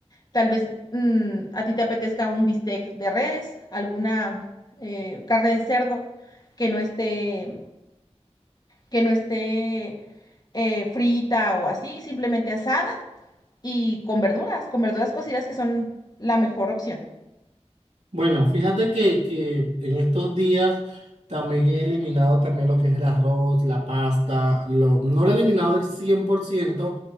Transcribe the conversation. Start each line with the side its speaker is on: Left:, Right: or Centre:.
Left: Tal vez mm, a ti te apetezca un bistec de res, alguna eh, carne de cerdo que no esté que no esté eh, frita o así, simplemente asada y con verduras, con verduras cocidas que son la mejor opción.
Right: Bueno, fíjate que, que en estos días también he eliminado también lo que es el arroz, la pasta, lo- no lo he eliminado del 100%,